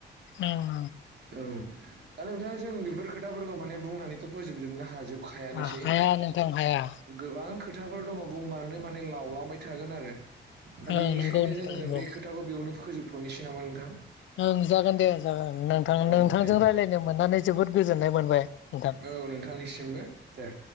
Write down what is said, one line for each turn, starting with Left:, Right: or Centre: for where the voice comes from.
Left: ओं
Right: औ दा नोंथां जों बेफोर खोथाफोरखौ माने बुंनानैथ' फोजोबजोबनो हाजोब खायानोसै
Left: ओं हाया नोंथां हाया
Right: गोबां खोथाफोर दङ' बुंबानो माने लावलांबाय थागोन आरो दा
Left: ओं
Right: बेनिखायनो
Left: नंगौ नोंथां
Right: जोङो
Left: नंगौ
Right: बे खोथाखौ बेयावनो फोजोबथ'नोसै नामा नोंथां?
Left: ओं जागोन दे जागोन नोंथां
Right: औ
Left: नोंथांजों
Right: दे
Left: रायज्लायनो मोननानै जोबोद गोजोननाय मोनबाय नोंथां
Right: औ नोंथांनिसिमबो दे